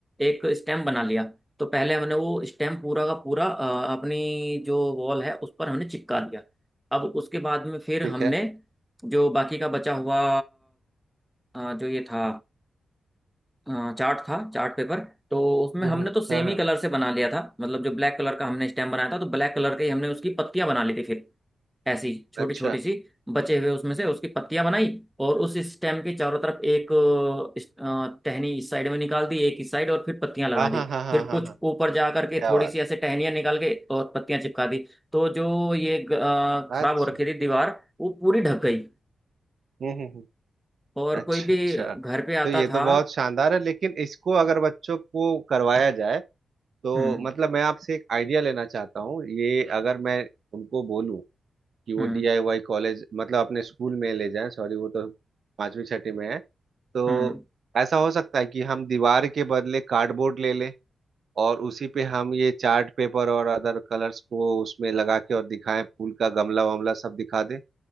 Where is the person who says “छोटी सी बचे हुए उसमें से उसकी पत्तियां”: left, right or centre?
Centre